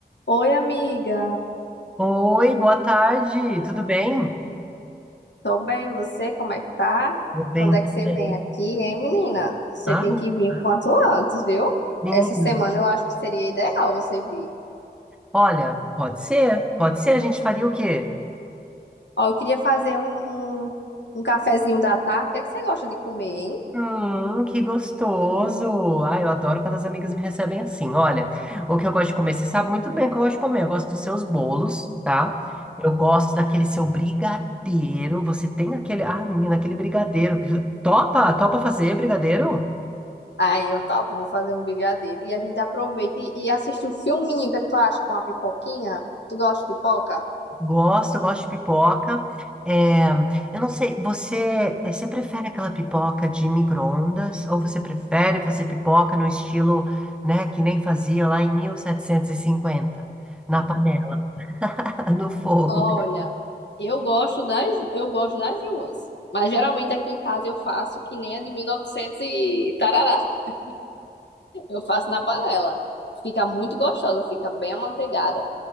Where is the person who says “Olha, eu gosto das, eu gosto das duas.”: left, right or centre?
Left